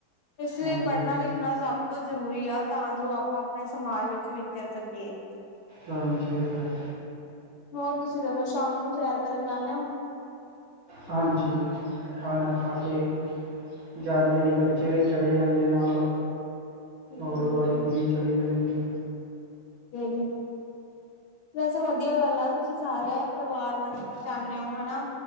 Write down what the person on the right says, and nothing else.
ਹਾਂਜੀ
ਹਾਂਜੀ
ਹਾਂਜੀ, ਏਹ ਤਾਂ ਹੈ।
ਹਾਂਜੀ, ਖਾਣਾ ਖਾ ਕੇ ਜਾਨੇ ਆ ਜੀ। ਬੱਚੇ ਵੀ ਚਲੇ ਜਾਂਦੇ ਨਾਲ
ਔਰ
ਵਾਾਈਫ
ਵੀ ਚਲੀ ਜਾਂਦੀ ਐ।